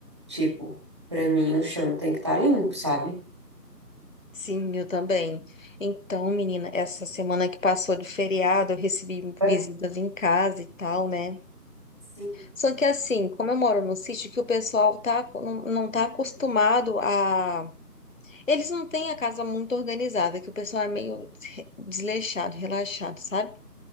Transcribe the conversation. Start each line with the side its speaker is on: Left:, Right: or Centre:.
Right: Tipo, pra mim o chão tem que estar limpo, sabe?
Left: sim, eu também. Então, menina, essa semana que passou de feriado, eu recebi visitas
Right: É.
Left: em casa e tal, né?
Right: Sim.
Left: Só que assim, como eu moro num sítio que o pessoal tá, não, não
Right: Hum,
Left: tá acostumado a. Eles não têm a casa muito organizada, que o pessoal é meio desleixado, relaxado, sabe?